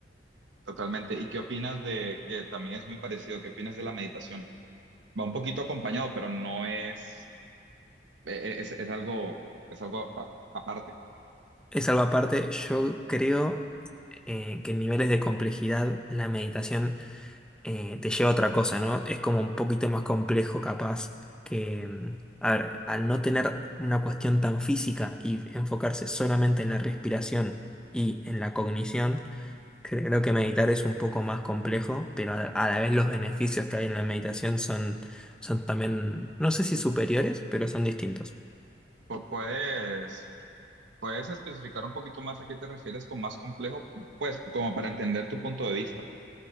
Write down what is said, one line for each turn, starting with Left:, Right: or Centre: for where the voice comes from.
Right: Totalmente. ¿Y qué opinas de que también es muy parecido? ¿Qué opinas de la meditación? Va un poquito acompañado, pero no es, e- e- es, es algo, es algo apa- aparte.
Centre: Es algo aparte, yo creo eh, que en niveles de complejidad la meditación eh, te lleva a otra cosa, ¿no? Es como un poquito más complejo capaz que, mm, a ver, al no tener una cuestión tan física y enfocarse solamente en la respiración y en la cognición, creo que meditar es un poco más complejo, pero a a la vez los beneficios que hay en la meditación son, son también, no sé si superiores, pero son distintos.
Right: Pu- Puedes, puedes especificar un poquito más a qué te refieres con más complejo, pues como para entender tu punto de vista.